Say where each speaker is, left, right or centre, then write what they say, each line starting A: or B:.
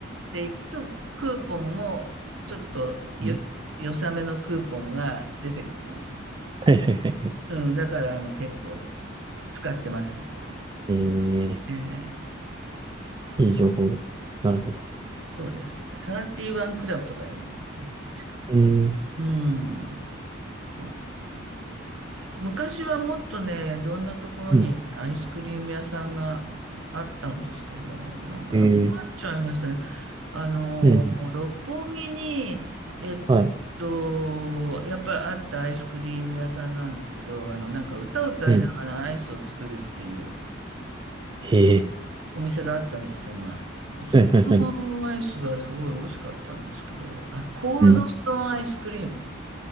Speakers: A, on the right; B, on the right.
A: ていくと、クーポンもちょっとよ、
B: うん
A: 良さめのクーポンが出てくるみたい
B: はいはいはいはい。
A: な。うん、だからあの結構使ってますね、それ。
B: ええ
A: ええそうそう。
B: ーいい情報。なるほど。
A: そうです。31クラブとか言うんですよね、確か。
B: うん。
A: うん。そうなん昔はもっとね、いろんなところにアイスクリーム屋さんがあったんですけど、
B: うん。
A: なんかなくなっちゃいましたね。
B: ええ
A: あの、
B: ーうん。
A: 六本木に、えっ
B: はい。
A: と、やっぱりあったアイスクリーム屋さんなんですけど、あの、なんか歌を歌いながらアイスを作るっていう
B: うん。ええ
A: お店があったんですよ、前。で、そこのアイスがすごい美味しかったんですけど、
B: ーはいはいはい。
A: あ、コールドストーンアイスクリームって
B: うん。